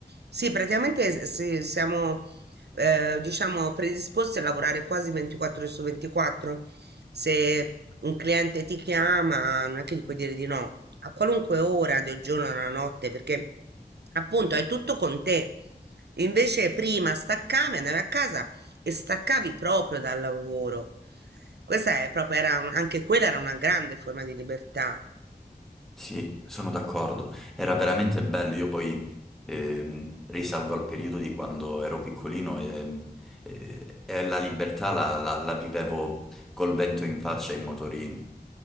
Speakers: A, on the right (about 85°); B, in the centre.
A: sì, praticamente s- sì, siamo, eh, diciamo, predisposti a lavorare quasi 24 ore su 24. Se un cliente ti chiama, non è che gli puoi dire di no, a qualunque ora del giorno e della notte, perché appunto hai tutto con te. Invece prima staccavi, andavi a casa e staccavi proprio dal lavoro. Questa è proprio, era un- anche quella era una grande forma di libertà.
B: Sì, sono d'accordo. Era veramente bello. Io poi ehm, risalgo al periodo di quando ero piccolino e, e- e la libertà la, la- la vivevo col vento in faccia in motorino.